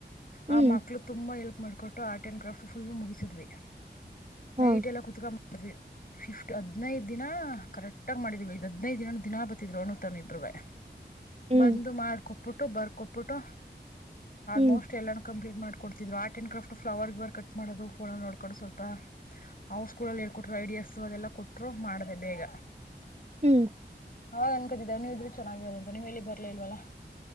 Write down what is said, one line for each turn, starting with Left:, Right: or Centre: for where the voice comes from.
Right: ಹ್ಮ್
Left: ಆ ಮಕ್ಳು ತುಂಬಾ ಎಲ್ ಮಾಡ್ಿಕೊಟ್ಟು ಆರ್ಟ್ ಆ್ಯಂಡ್ ಕ್ರಾಫ್ಟ್ ಫು ಮುಗಿಸಿದಿವಿ ನ
Right: ಹಾ
Left: ಇಟ್ ಎಲ್ಲ ಕುತಕಂಬ ಅದು ಫಿಫ್ಟ್ ಹದಿನೈದು ದಿನ ಕರೆಕ್ಟ್ ಇಟ ಮಾಡಿದ್ವಿ ಇದು ಹದಿನೈದು ದಿನ ದಿನಾ ಬತಿದ್ರು ಅಣ ತಾನನು ಇಬ್ಬೇ
Right: ಹ್ಮ್
Left: ಬಂದು ಮಾಡ್ಕೊಟ್ಟ ಕೊಟ್ಬಿಟ್ಟು ಬರ್ ಕೊಬಿಟ್ಟು ಆಲ್ಮೋಸ್ಟ್
Right: ಹ್ಮ್
Left: ಎಲ್ಲನಕ್ಕ ಮಾಡ್ಕಡ್ತಿದ್ರು ಆರ್ಟ್ ಅಂಡ್ ಕ್ರಾಫ್ ಫ್ಲವರ್ ಇವರ್ ಕಟ್ ಮಾಡೋದು ಫೋಲ್ ನೋಕೊಂಡು ಸ್ವಲ್ಪ ಹಾ ಸ್ಕೂ ಅ ಹೇಕ ಕೊಟ್ಟ ಐಡಿಯಾ ಹ ಸುವ ಅದೆಲ್ಲ ಕೊಟ್ಟರರು ಮಾಡಿದೆ ಬೇಗ
Right: ಹ್ಮ್
Left: ಅವಾಗ ಅನ್ಕತಿದ್ದ ನೀವ ಇದ್ರೆ ಚೆನ್ನಾಗಿರೋದಂತು ನೀವ ಎಲ್ಲಿ ಬರ್ಲಿ ಇಲ್ವಲ್ಲ